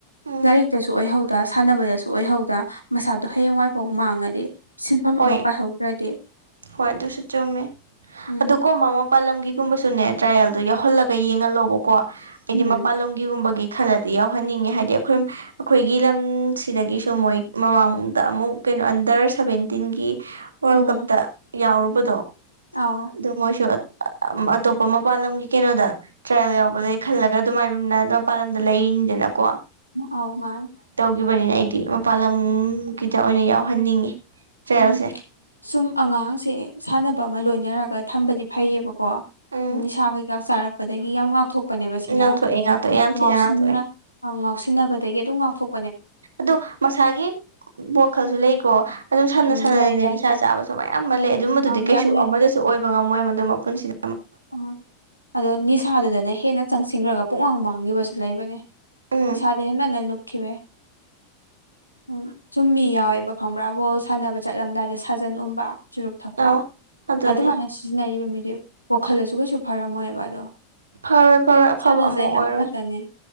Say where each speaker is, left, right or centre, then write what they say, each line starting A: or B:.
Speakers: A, on the right; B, on the right.
A: ꯎꯝ
B: ꯂꯥꯏꯔꯤꯛꯇꯁꯨ ꯑꯣꯏꯍꯧꯗ ꯁꯥꯟꯅꯕꯗꯁꯨ ꯑꯣꯏꯍꯧꯗ ꯃꯁꯥꯗꯣ ꯍꯌꯦꯡꯋꯥꯏꯐꯥꯎ ꯃꯥꯡꯉꯗꯤ꯫ ꯁꯤꯟꯐꯝ
A: ꯍꯣꯏ
B: ꯑꯃ ꯄꯥꯏꯍꯧꯗ꯭ꯔꯦ꯫
A: ꯍꯣꯏ ꯑꯗꯨꯁꯨ ꯆꯨꯝꯃꯦ
B: ꯎꯝ
A: ꯑꯗꯨꯀꯣ ꯃꯃꯣ꯫ ꯃꯄꯥꯜ ꯂꯝꯒꯤꯒꯨꯝꯕꯁꯨꯅꯦ ꯇ꯭ꯔꯥꯏꯌꯦꯜꯗꯨ ꯌꯥꯎꯍꯜꯂꯒ ꯌꯦꯡꯍꯜꯂꯣꯕꯀꯣ ꯍꯥꯏꯗꯤ
B: ꯎꯝ
A: ꯃꯄꯥꯜ ꯂꯝꯒꯤꯒꯨꯝꯕꯒꯤ꯫ ꯈꯜꯂꯗꯤ ꯌꯥꯎꯍꯟꯅꯤꯡꯉꯦ ꯍꯥꯏꯗꯤ ꯑꯩꯈꯣꯏ ꯑꯩꯈꯣꯏꯒꯤ ꯂꯝꯁꯤꯗꯒꯤꯁꯨ ꯃꯣꯏ ꯃꯃꯥꯡꯗ ꯑꯃꯨꯛ꯫ ꯑꯟꯗꯔ ꯁꯚꯦꯟꯇꯤꯟꯒꯤ꯫ ꯋꯥꯔꯜ
B: ꯎꯝ
A: ꯀꯞꯇ ꯌꯥꯎꯔꯨꯕꯗꯣ
B: ꯑꯧ
A: ꯑꯗꯨ ꯃꯣꯏꯁꯨ꯫ ꯑꯇꯣꯞꯄ ꯃꯄꯜ ꯂꯝꯒꯤ ꯀꯩꯅꯣꯗ ꯇ꯭ꯔꯥꯏꯌꯦꯜ ꯌꯥꯎꯕꯗꯩ ꯈꯜꯂꯒ ꯑꯗꯨꯃꯥꯏꯅ ꯃꯄꯥꯥꯟ ꯂꯝꯗ ꯂꯩꯅꯤ꯫ <unintelligible> ꯅꯀꯣ
B: ꯑꯧ ꯃꯥꯅꯦ꯫
A: ꯕꯅꯤꯅ ꯑꯩꯗꯤ ꯃꯄꯥꯟ ꯂꯝꯒꯤꯗ ꯑꯣꯏꯅ ꯌꯥꯎꯍꯟꯅꯤꯡꯉꯤ꯫ ꯇ꯭ꯔꯥꯌꯦꯜꯁꯦ
B: ꯎꯝ ꯁꯨꯝ ꯑꯉꯥꯡꯁꯦ ꯁꯥꯟꯅꯕ ꯑꯃ ꯂꯣꯏꯅꯔꯒ ꯊꯝꯕꯗꯤ ꯐꯩꯌꯦꯕꯀꯣ꯫
A: ꯎꯝ
B: ꯅꯤꯁꯥ ꯀꯩꯀꯥ ꯆꯥꯔꯛꯄꯗꯒꯤ ꯌꯥꯝ ꯉꯥꯛꯊꯣꯛ꯫ ꯄꯅꯦꯕ ꯁꯤꯅ
A: ꯉꯥꯛꯊꯣꯛꯑꯦ ꯉꯥꯛꯊꯣꯛꯑꯦ ꯌꯥꯝ ꯊꯤꯅ
B: ꯉꯥꯎꯁꯤꯟꯅ
A: ꯉꯥꯛꯊꯣꯛꯑꯦ
B: ꯉꯥꯎꯁꯤꯟꯅꯕꯗꯒꯤ ꯑꯗꯨꯝ ꯉꯥꯎꯊꯣꯛ꯫
A: ꯑꯥꯗꯣ ꯃꯁꯥꯒꯤ ꯋꯥꯈꯜꯁꯨ ꯂꯩꯀꯣ ꯑꯗꯨꯝ ꯁꯟꯅ
B: ꯎꯝ
A: ꯁꯅꯅꯅꯦ
B: ꯂꯩ ꯂꯩ
A: ꯅꯤꯁꯥ ꯆꯥꯕꯁꯨ꯫ ꯁꯨ ꯃꯌꯥꯝꯑꯝꯂꯩ ꯑꯗꯨꯝꯕꯗꯨꯗꯤ
B: ꯑꯪ
A: ꯀꯩꯁꯨ
B: ꯌꯥꯝ ꯂꯩ
A: ꯑꯃꯗꯁꯨ ꯑꯣꯏꯕ ꯉꯝꯃꯣꯏ ꯃꯗꯨ ꯃꯄꯨꯟꯁꯤꯗꯁꯨ꯫
B: ꯑ ꯑꯗꯣ ꯅꯤꯁꯥꯗꯨꯗꯅ ꯍꯦꯟꯅ ꯆꯪꯁꯤꯟꯈ꯭ꯔꯒ꯫ ꯄꯨꯡꯃꯥꯡ ꯃꯥꯡꯈꯤꯕꯁꯨ ꯂꯩꯕꯅꯦ
A: ꯎꯝ
B: ꯅꯤꯁꯥꯗ ꯍꯦ ꯃꯟꯅ ꯂꯨꯞꯈꯤꯕꯩ꯫ ꯎꯝ ꯆꯨꯝ ꯃꯤ ꯌꯥꯎꯋꯦꯕ ꯈꯪꯕ꯭ꯔꯥ ꯕꯣꯜ ꯁꯥꯟꯅꯕ ꯆꯠꯂꯝꯗꯥꯏꯗ ꯁꯥꯖꯟ ꯎꯨꯝꯕ꯫ ꯆꯨꯔꯨꯞ ꯊꯛꯄ
A: ꯑꯧ ꯑꯗꯨꯅꯤ
B: ꯑꯗꯨꯃꯥꯏꯅ ꯁꯤꯖꯤꯟꯅꯔꯤꯕ ꯃꯤꯗꯣ ꯋꯥꯈꯜꯗꯁꯨ ꯀꯩꯁꯨ ꯐꯔꯝꯃꯣꯏꯕ ꯑꯗꯣ꯫
A: ꯐꯔꯣꯏ ꯐꯔꯣꯏ ꯑꯐꯕ
B: ꯁꯥꯟꯅꯖꯩ
A: ꯑꯃ ꯑꯣꯏꯔꯣꯏ꯫
B: ꯍꯥꯏꯕ ꯈꯛꯇꯅꯦ